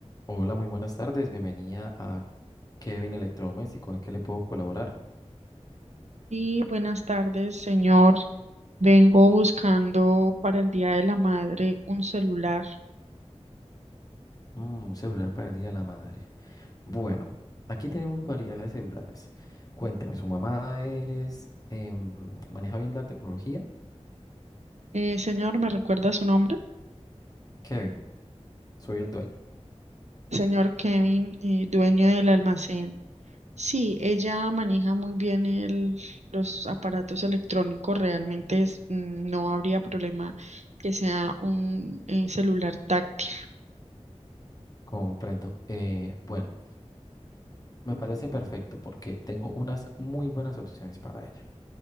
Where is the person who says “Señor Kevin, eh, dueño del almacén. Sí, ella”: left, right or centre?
Right